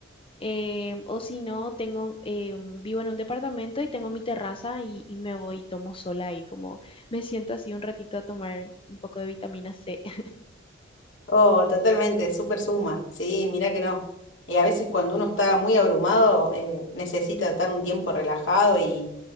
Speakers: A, on the left; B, on the left.
A: em, o si no, tengo, em, vivo en un departamento y tengo mi terraza y, y me voy y tomo sola y como me siento así un ratito a tomar un poco de vitamina C. <laughs>
B: Oh, totalmente, súper suma. Sí, mira que no. Eh, a veces cuando uno está muy abrumado, eh, necesita estar un tiempo relajado y,